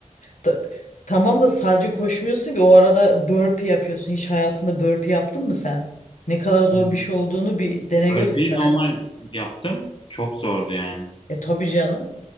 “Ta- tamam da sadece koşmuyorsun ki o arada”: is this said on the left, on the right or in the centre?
Left